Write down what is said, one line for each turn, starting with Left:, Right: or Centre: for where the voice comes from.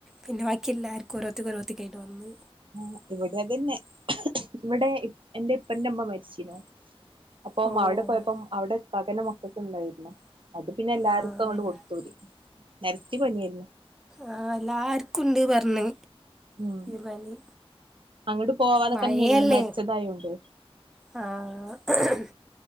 Centre: പിന്നെ ബാക്കി എല്ലാർക്കും കൊറോത്തി കൊറോത്തിക്കയിട്ട് വന്നന്ന്
Right: ആ ഇവിടെ തന്നെ ഇവിടെ എന്റെ ഇപ്പന്റെ അമ്മ മരിച്ചനോ അപ്പം
Centre: ഓഹ്
Right: അവിടെ പോയപ്പം അവിടെ കകന്റെ മക്കക്കെ ഉണ്ടായിരുന്ന അത് പിന്നെ എല്ലാർക്കും
Centre: ആഹ്
Right: അണ്ട് കൊടുത്ത പോര നിരത്തി പനിയായിരുന്നു
Centre: ആഹഹ് എല്ലാർക്കുണ്ട് പർഞ്
Right: ഉം
Centre: പനി
Right: അങ്ങോട്ട് പോവാതൊക്കെ
Centre: മഴയല്ലേ
Right: അനങ്ങല്ലല്ലോ മരിച്ചതായൊണ്ട്
Centre: ആഹ്